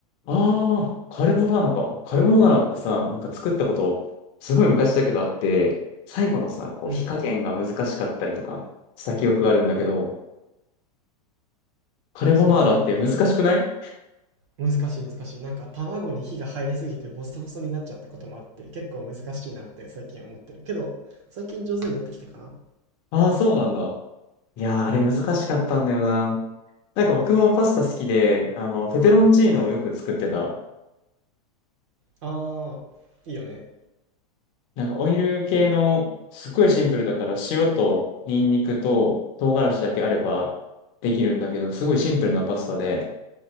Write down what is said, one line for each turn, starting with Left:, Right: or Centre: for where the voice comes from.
Left: ああカルボナーラか。カルボナーラってさ、なんか作ったこと、すごい昔だけどあって、最後のさ、こう火加減が難しかったりとかした記憶があるんだけど、
Right: うん。
Left: カルボナーラって難しくない
Right: そう、わかるわかる。難しい難しい。なんか卵に火が入りすぎてボソボソになっちゃったこともあって、結構難しいなって最近思ってる。けど、最近上手になってきたかな。
Left: ああー、そうなんだ。いやー、あれ難しかったんだよな。
Right: うん。
Left: なんか僕もパスタ好きで、あの、ペペロンチーノをよく作ってた。
Right: ああ、いいよね。
Left: なんかオイル系の、すっごいシンプルだから塩とニンニクと唐辛子だけあればできるんだけど、すごいシンプルなパスタで